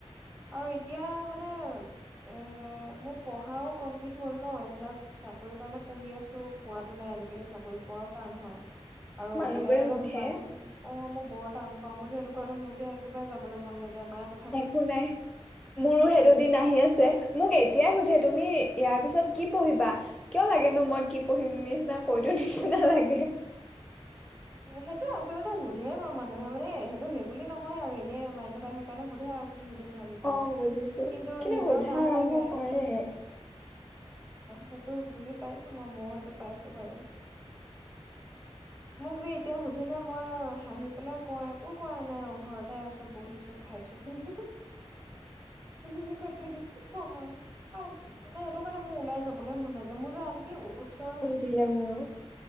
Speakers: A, on the right (about 20°); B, in the centre.
A: আৰু এতিয়া মানে এ, মোৰ পঢ়াও কমপ্লিট হ'ল ন' এইবিলাক চাকৰি কাৰণে পঢ়ি আছোঁ, পোৱাতো নাই, আজিকালি চাকৰি পোৱাও টান হয়। আৰু
B: মানুহবোৰে
A: ওলাই গ'লে
B: সোধে
A: মানুহ অ' মই বৰ টান পাওঁ, মই যে সেইটো কাৰণ একেবাৰে যাবলৈ মন নাযায়, মাই যে
B: একো নাই, মোৰো হেই দুদিন আহি আছে। মোক এতিয়াই সুধে তুমি ইয়াৰ পিছত কি পঢ়িবা। কিয় লাগেনো মই কি পঢ়িম বুলি, নিচিনা কৈ দিওঁ নিচিনা নালাগে।
A: সেইটো আচলতে সোধে বাৰু মানুহে মানে সেইটো সেই বুলি নহয় আৰু এনে মাইণ্ডত আহে কাৰণে সোধে আৰু। কি সুধিম ভাবি পেলাই
B: অ বুজিছো
A: কিন্তু নিজৰ
B: সোধা
A: টান
B: আৰম্ভ
A: লাগে হেইটো
B: কৰে
A: সেইটো বুজি পাইছোঁ, মইও সেইটো পাইছোঁ বাৰু। <inaudible> মোক যে এতিয়া সুধিলে মই হাঁহি পেলাই কওঁ একো কৰা নাই, ঘৰতে আছোঁ, বহিছোঁ। খাইছোঁ, শুইছোঁ। তেনেকে কৈ থৈ দিওঁ, কি ক'ম আৰু মানে সেইটো কাৰণে মোৰ ওলাই যাবলৈ মন নাযায়, মোৰ যে আনকি ওচৰৰ
B: তিলে মোৰো।